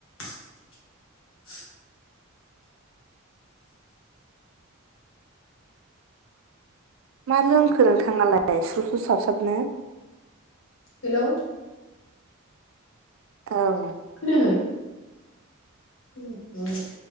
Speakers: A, on the left; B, on the right.
A: <inaudible>
B: मा लोंखो नोंथाङालाय स्रु स्रु साबसाबनो
A: हेलौ
B: औ
A: खोनायाखै? खोनायाखैथ